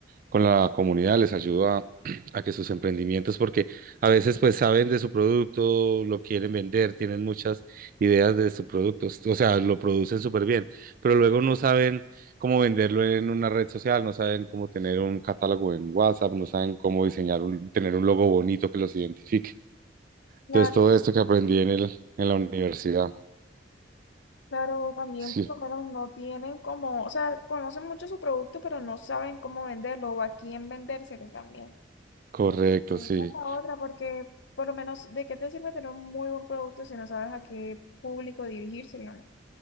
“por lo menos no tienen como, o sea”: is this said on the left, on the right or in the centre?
Left